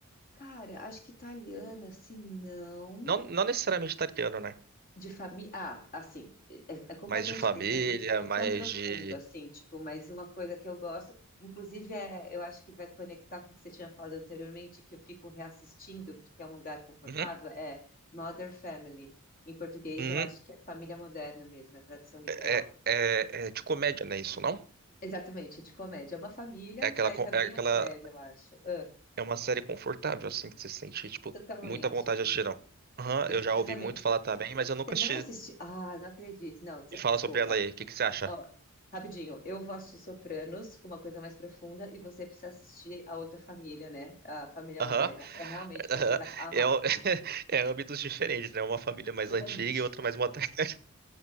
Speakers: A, on the left; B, on the right.
A: Cara, acho que italiana, assim, não.
B: Não, não necessariamente italiano, né?
A: De família. Ah, assim, é, é completamente
B: Mais de família,
A: diferente. Não, não é
B: mais
A: tão profundo,
B: de.
A: assim, tipo, mas uma coisa que eu gosto, inclusive, é, eu acho que vai conectar com o que você tinha falado anteriormente, que eu fico reassistindo, porque é um lugar confortável,
B: Uhum,
A: é Modern Family. Em português,
B: uhum.
A: eu acho que é família moderna mesmo, é a tradução literal.
B: É, é, é de comédia, né? Isso não?
A: Exatamente, é de comédia. É uma família,
B: É aquela,
A: mas
B: co-
A: é bem
B: é aquela.
A: mais leve, eu acho. Ah,
B: É uma série confortável, assim, que você sente, tipo,
A: totalmente.
B: muita vontade de assistir, não. Aham,
A: E-
B: eu já
A: Exatamente.
B: ouvi muito falar também, mas eu nunca
A: Você
B: assisti.
A: não assistiu. Ah, não acredito. Não, des-
B: Me fala
A: desculpa.
B: sobre ela aí, o que que você acha?
A: Ó, rapidinho, eu vou assistir Sopranos com uma coisa mais profunda e você precisa assistir a outra família, né? A família
B: Aham,
A: moderna. É realmente você
B: aham.
A: vai amar.
B: É, o- <laughs> é âmbitos diferentes, né? Uma família mais
A: Totalmente.
B: antiga e outra mais moderna. <laughs>